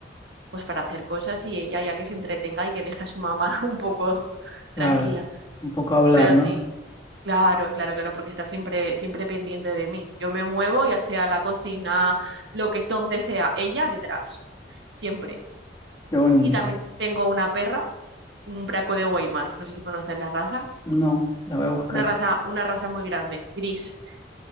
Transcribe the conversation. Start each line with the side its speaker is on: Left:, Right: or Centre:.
Right: pues para hacer cosas y ella ya que se entretenga y que deje a su mamá <laughs> un poco
Left: Claro.
Right: tranquila.
Left: Un poco hablar,
Right: Pero
Left: ¿no?
Right: sí, claro, claro, claro, porque está siempre, siempre pendiente de mí. Yo me muevo, ya sea a la cocina, lo que es donde sea, ella detrás, siempre.
Left: Qué bonito.
Right: Y también tengo una perra, un braco de Weimar, no sé si conoces la raza.
Left: No, la voy a buscar.
Right: Una raza, una raza muy grande, gris.